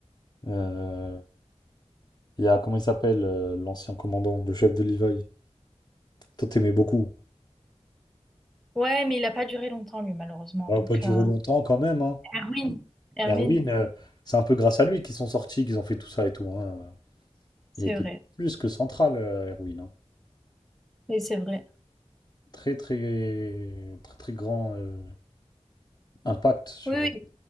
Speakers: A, on the left; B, in the centre.
A: Euh, Il y a, comment il s'appelle, euh, l'ancien commandant, le chef de Levi. Toi, t'aimais beaucoup.
B: Ouais, mais il n'a pas duré longtemps, lui, malheureusement.
A: Ça
B: Donc,
A: va pas durer
B: euh,
A: longtemps quand même, hein.
B: Erwin, Erwin,
A: Erwin, euh, c'est un peu grâce à lui qu'ils sont sortis, qu'ils ont fait tout ça et tout, hein.
B: c'est
A: Il était
B: vrai.
A: plus que central, euh, Erwin, hein.
B: Oui, c'est vrai.
A: Très, très, très, très grand euh, impact sur,
B: Oui, oui,